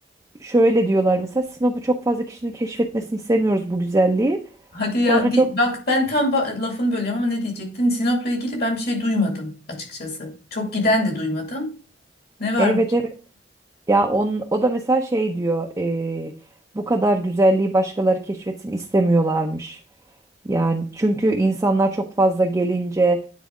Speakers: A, on the right; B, on the left.
A: Şöyle diyorlar mesela Sinop'u çok fazla kişinin keşfetmesini istemiyoruz bu güzelliği.
B: Hadi ya
A: Sonra
B: di-
A: çok
B: bak ben tam ba- lafını bölüyorum ama ne diyecektin? Sinop'la ilgili ben bir şey duymadım açıkçası. Çok giden de duymadım. Ne var?
A: evet evet ya on, o da mesela şey diyor eee, bu kadar güzelliği başkaları keşfetsin istemiyorlarmış. Yani çünkü insanlar çok fazla gelince